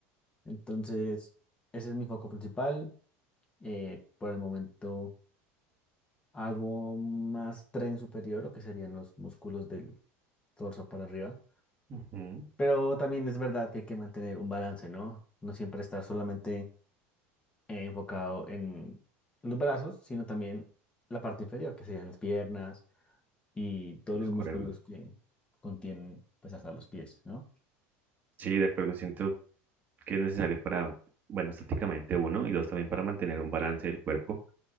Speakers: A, on the left (about 15°); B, on the right (about 25°).
A: Entonces, ese es mi foco principal. eh, por el momento. Hago más tren superior, lo que serían los músculos del torso para arriba.
B: ujú,
A: Pero también es verdad que hay que mantener un balance, ¿no? No siempre estar solamente eh, enfocado en los brazos, sino también la parte inferior, que serían las piernas y todos
B: de
A: los
B: acuerdo.
A: músculos que contienen, pues, hasta los pies, ¿no?
B: Sí, de acuerdo, siento que es necesario para, bueno, estéticamente uno, y dos, también para mantener un balance del cuerpo,